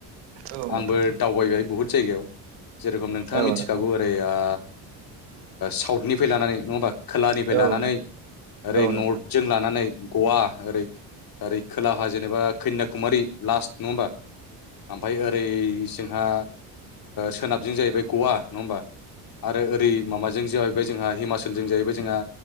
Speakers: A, on the right (about 85°); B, on the left (about 50°).
A: औ नोंथां औ नोंथां औ नोंथां
B: आंबो दावबायबाय बुहुद। जायगायाव जेरेखम नोंथाङा
A: औ
B: मिथिखागौ
A: नोंथां
B: ओरै ओ साउथनिफ्राय लानानै नङा होमबा खोलानिफ्राय
A: औ
B: लानानै
A: नोंथां औ नोंथां औ नोंथां औ नोंथां औ नोंथां औ
B: ओरै नर्थजों
A: नोंथां
B: लानानै गवा ओरै ओरै खोलाहा जेनेबा कैन्याकुमारि लास नङा होमबा ओमफाय ओरै जोंहा सोनाबजों जाहैबाय गवा नङा होमबा? आरो ओरै माबाजों जाहैबाय जोंहा हिमाचोलजों जाहैबाय जोंहा